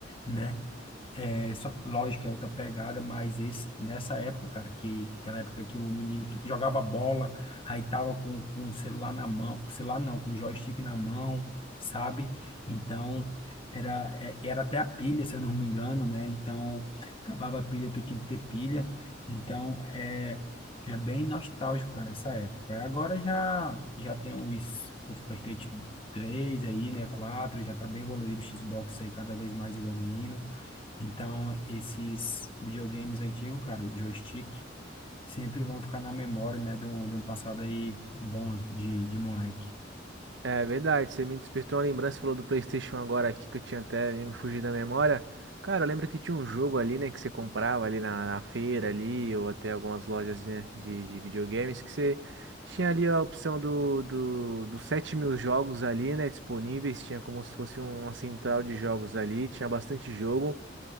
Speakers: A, on the left; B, on the right.
A: né? É, só, lógico, é outra pegada, mas esse, nessa época, cara, que aquela época que o menino que jogava bola, aí tava com, com o celular na mão, celular não, com o joystick na mão, sabe? Então, era, é- era até a pilha, se eu não me engano, né? Então, acabava a pilha, tu tinha que ter pilha. Então, é, é bem nostálgico, cara, essa época. Agora já, já tem os, os PlayStation 3 aí, né? quatro já tá bem evoluído, o Xbox aí cada vez mais evoluindo. Então, esses videogames antigos, cara, de joystick, sempre vão ficar na memória, né, de um, de um passado aí bom de, de moleque.
B: É verdade, você me despertou uma lembrança, falou do PlayStation agora aqui que eu tinha até me fugido da memória. Cara, eu lembro que tinha um jogo ali, né, que você comprava ali na, na feira ali, ou até algumas lojas, né, de, de videogames, que você tinha ali a opção do, do, dos sete mil jogos ali, né, disponíveis, tinha como se fosse uma central de jogos ali, tinha bastante jogo.